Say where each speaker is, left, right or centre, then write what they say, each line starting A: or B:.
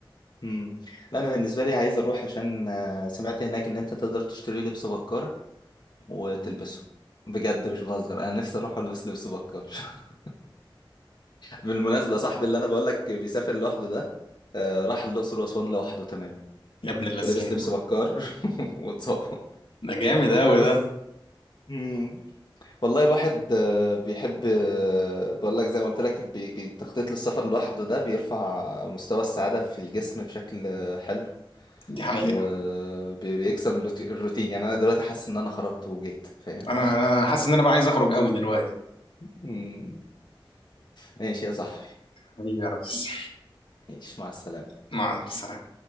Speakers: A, on the left (about 55°); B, on the left (about 80°).
A: مم. لا انا بالنسبه لي عايز اروح عشان آه، سمعت هناك ان انت تقدر تشتري لبس بكار وتلبسه بجد مش بهزر انا نفسي اروح البس لبس بكار <laughs> بالمناسبه صاحبي اللي انا بقول لك بيسافر لوحده ده آه، راح الاقصر واسوان لوحده تماما
B: يا ابن اللذين
A: ولبس لبس بكار <laughs> واتصور
B: ده جامد قوي
A: بس
B: ده
A: مم. والله الواحد آه، بيحب آه، بقول لك زي ما قلت لك ال- بي- بي- التخطيط للسفر لوحده ده بيرفع مستوى السعاده في الجسم بشكل آه، حلو
B: دي حقيقة
A: وبيكسر الروتين يعني انا دلوقتي حاسس ان انا خرجت وجيت فاهم
B: انا انا أنا حاسس ان انا بقى عايز اخرج قوي دلوقتي
A: مم. ماشي يا صاحبي
B: حبيبي يا ريس
A: ماشي مع السلامه
B: مع السلامة